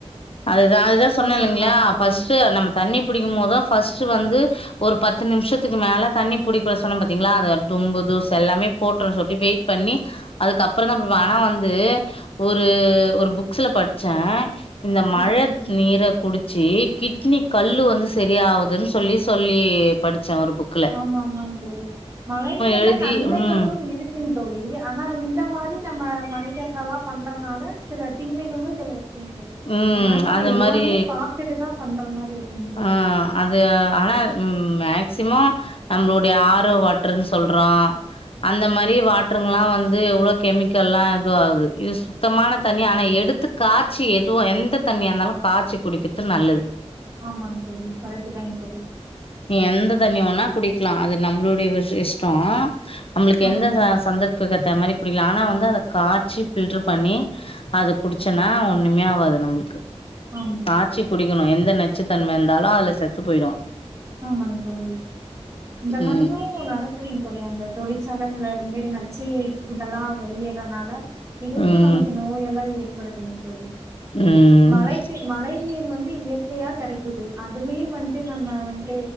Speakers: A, on the left; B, on the right.
A: அதுதா அதுதா சொன்னேல்லைங்ளா
B: சொல்லுவாங்க தோழி
A: ஃபஸ்ட்டு நம்ம தண்ணி பிடிக்கும் போத் தா ஃபஸ்ட்டு வந்து ஒரு பத்து நிம்ஷத்துக்கு மேல தண்ணி புடிக்க சொன்ன பாத்தீங்ளா அது டொன்பது செல்லாமே போட்ற சொல்லி வெய்ட் பண்ணி அதுக்கப்பறந்தா ப்ரோ ஆனா வந்து ஒரு ஒரு புக்ஸ்ல படிச்சே இந்த
B: சரிங்க
A: மழ
B: தோழி
A: நீர குடிச்சு கிட்னி கல்லு வந்து சரியாவ்துன் சொல்லி சொல்லி படிச்சே ஒரு புக்
B: ஆமாமாங் தோழி மழை நீர்ல
A: எழுதி
B: நன்மைகளு
A: ம்
B: இருக் ம் தோழி ஆனா இந்த மாரி நம்ம மனிதர்கள்லா பண்றதுனால சில தீமைகளு இதுல இருக்குங் தோழி
A: ம்
B: அதனால நம்ம
A: அந்த
B: எல்லாமே
A: மாரி
B: பாத்துட்டுதா பண்ற மாரி இருக்குங் தோழி
A: ஆ அது ஆனா ம் மேக்சிமோ நம்ளுடைய ஆரோ வாட்ருன் சொல்றோ அந்த மாரி வாட்ருங்லா வந்து எவ்ளோ கெமிக்கல்லா எது ஆகுது யூஸ் சுத்தமான தண்ணி ஆனா எடுத்து காச்சி எதுவு எந்த தண்ணியார்ந்தாலு காச்சி குடிக்கிர்து நல்லது
B: ஆமாங் தோழி கரெட்டு தாங் தோழி
A: நீ எந்த தண்ணிய வோனா குடிக்லா அது நம்ளுடைய விஷ் இஷ்டோ நம்ளுக்கு
B: ஆமாங்
A: எந்த ச சந்தர்ப் ப்புக்கேத்த மாரி குடிக்லா ஆனா வந்து அத காச்சி பில்டர் பண்ணி அது குடிச்சன்னா ஒண்ணுமே ஆவாது நம்ளுக்கு
B: ஆமாங்
A: காச்சி
B: தோழி
A: குடிக்கணு எந்த நச்சுத்தன்ம இருந்தாலு அதுல செத்து போய்டு
B: ஆமாங் தோழி இந்த மாரியு
A: ம்
B: நடகுதுங் தோழி அந்த தொழிற்சாலைகல்ல பே நச்சு இதெல்லா வெளியேறனால இதுலயே
A: ம்
B: நமக்கு நோய் எல்லா ஏய் படிக்கணுங் தோழி
A: ம்
B: மழைக்கு மழை ன் நீர் வந்து இயற்கையா கெடைக்குது அதுலயு வந்து நம்ம வந் ட்டு